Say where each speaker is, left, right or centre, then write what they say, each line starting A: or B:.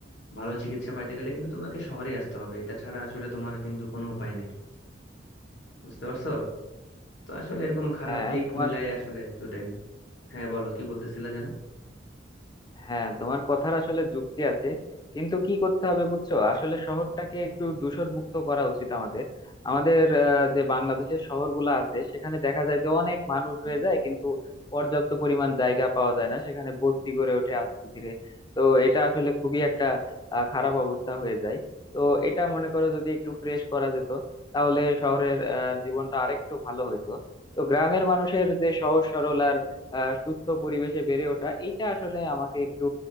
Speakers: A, on the left (about 70°); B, on the left (about 25°).
A: ভালো চিকিৎসা পাইতে গেলে কিন্তু তোমাকে শহরে আসতে হবে এটা ছাড়া আসলে তোমার কিন্তু কোনো উপায় নেই বুঝতে পারছো তো আসলে এরকম খারাপ
B: হ্যাঁ
A: দিক
B: তোমার
A: মিলাই আসলে দুটাই হ্যাঁ বলো কি বলতেছিলা যেন
B: হ্যাঁ তোমার কথার আসলে যুক্তি আছে কিন্তু কি করতে হবে বুঝছো আসলে শহরটাকে একটু দূষণ মুক্ত করা উচিত আমাদের আমাদের আহ, যে বাংলাদেশের শহরগুলো আছে সেখানে দেখা যায় যে অনেক মানুষ হয়ে যায় কিন্তু পর্যাপ্ত পরিমাণ জায়গা পাওয়া যায় না সেখানে বস্তি গড়ে ওঠে আস্তে ধীরে তো এটা আসলে খুবই একটা আহ, খারাপ অবস্থা হয়ে যায় তো এটা মনে করো যদি একটু ফ্রেশ করা যেত তাহলে শহরের আহ, জীবনটা আরেকটু ভালো হইতো তো গ্রামের মানুষের যে সহজ সরল আহ সুস্থ পরিবেশে বেড়ে ওঠা এইটা আসলে আমাকে একটু